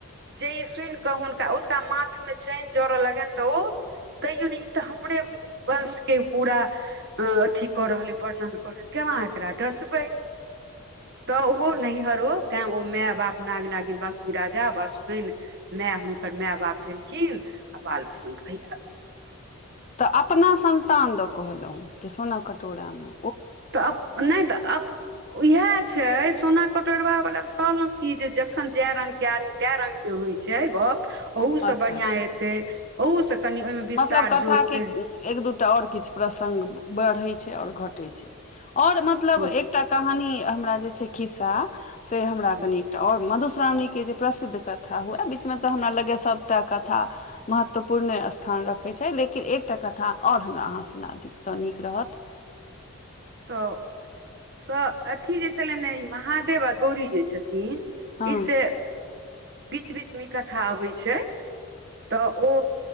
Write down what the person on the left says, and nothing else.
तऽ अपना संन्तान दऽ कहलहुं जे सोना कटोरा मे
अच्छा
मतलब कथाके
एक दूटा ओर किछु प्रसङ्ग बढ़ै छै आओर घटै छै आओर मतलब
एकटा कहानी हमरा जे छै खिस्सा से हमरा
कनि तऽ आओर मधुश्रावणीके जे प्रसिद्ध कथा हुए बीचमे तऽ हमरा लगैए सभटा कथा महत्वपूर्ण स्थान रखैत छै लेकिन एकटा कथा आओर हमरा अहाँ सुना दी तऽ नीक रहत
हँ